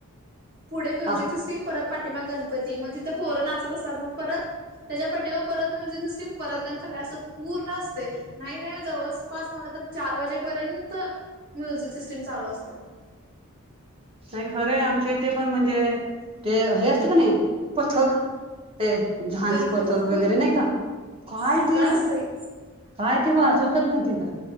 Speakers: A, on the right (about 45°); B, on the right (about 25°).
A: पुढे म्युझिक
B: हा
A: सिस्टीम परत पाठिमा गणपती मग तिथं पोरं नाचत असतात मग परत त्याच्या पाठीमागे परत म्युझिक सिस्टीम परत गणपती असं पूर्ण असतय नाही नाही जवळपास म्हटलं तर चार वाजेपर्यंत म्युझिक सिस्टम चालू असत्या.
B: नाही खरं आहे आमच्या इथे पण म्हणजे ते हे असते कनी पथक ते झांज
A: गणपतीत
B: पथक वगैरे
A: खूप
B: नाही का काय
A: सगळं
B: ते
A: असतंय.
B: काय ते वाजवतात माहित आहे का